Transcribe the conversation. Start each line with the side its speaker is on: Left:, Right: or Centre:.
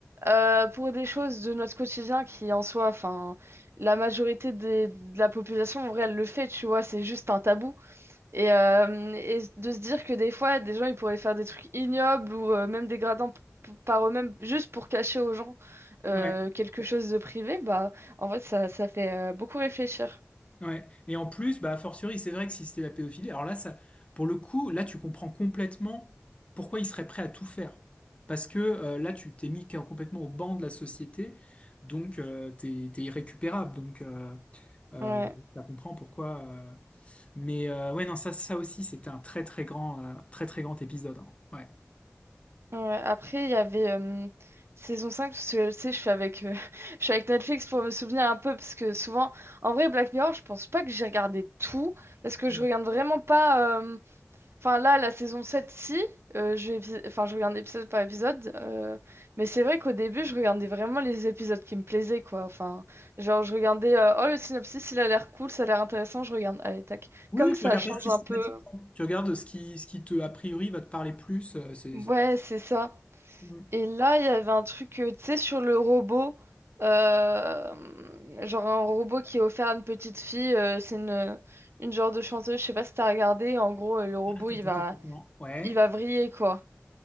Right: Euh, pour des choses de notre quotidien qui en soi, enfin, la majorité des- de la population en vrai, elle le fait, tu vois, c'est juste un tabou. Et, euh, et de se dire que des fois, des gens, ils pourraient faire des trucs ignobles ou euh, même dégradants p- p- par eux-mêmes, juste pour cacher aux gens euh,
Left: Ouais.
Right: quelque chose de privé, bah, en fait, ça, ça fait euh, beaucoup réfléchir.
Left: Ouais. Et en plus, bah, a fortiori, c'est vrai que si c'était la pédophilie, alors là, ça, pour le coup, là, tu comprends complètement pourquoi il serait prêt à tout faire. Parce que euh, là, tu t'es mis complètement au banc de la société, donc euh, t'es, t'es irrécupérable. Donc, euh, euh,
Right: Ouais.
Left: ça comprend pourquoi. euh, Mais euh, ouais, non, ça, ça aussi, c'était un très, très grand, euh, très, très grand épisode. hein. Ouais.
Right: Ouais, après, il y avait euh, saison 5 parce que tu sais, je suis avec, euh, <laughs> je suis avec Netflix pour me souvenir un peu, parce que souvent, en vrai, Black Mirror, je pense pas que j'ai regardé tout, parce que
Left: Mm.
Right: je regarde vraiment pas. euh, Enfin, là, la saison sept si, euh, je, vais épi- enfin, je regarde épisode par épisode, euh, mais c'est vrai qu'au début, je regardais vraiment les épisodes qui me plaisaient, quoi. Enfin, genre, je regardais, euh, oh, le synopsis, il a l'air cool, ça a l'air intéressant, je regarde, allez, tac.
Left: Oui,
Right: Comme
Left: oui,
Right: ça
Left: tu regardes
Right: change
Left: pas systématiquement.
Right: un peu.
Left: Tu regardes ce qui, ce qui te, a priori, va te parler plus. euh, c'est...
Right: Ouais, c'est ça.
Left: Mm.
Right: Et là, il y avait un truc, euh, tu sais, sur le robot. euh, genre un robot qui est offert à une petite fille. euh, c'est une, une genre de chanteuse. Je sais pas si t'as regardé. En gros, euh, le robot,
Left: Attends,
Right: il
Left: attends,
Right: va,
Left: attends, attends. Ouais.
Right: il va vriller, quoi.